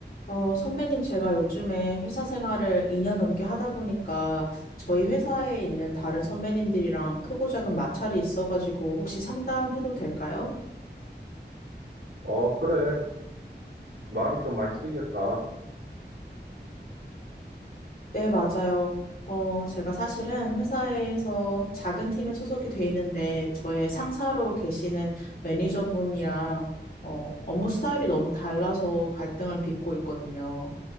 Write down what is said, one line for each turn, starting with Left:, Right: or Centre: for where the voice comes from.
Left: 어, 선배님, 제가 요즘에 회사 생활을 2년 넘게 하다 보니까 저희 회사에 있는 다른 선배님들이랑 크고 작은 마찰이 있어가지고 혹시 상담해도 될까요?
Right: 어, 그래. 마음이 좀 많이 쓰이겠다.
Left: 네, 맞아요. 어, 제가 사실은 회사에서 작은 팀에 소속이 돼 있는데 저의 상사로 계시는 매니저분이랑 어, 업무 스타일이 너무 달라서 갈등을 빚고 있거든요.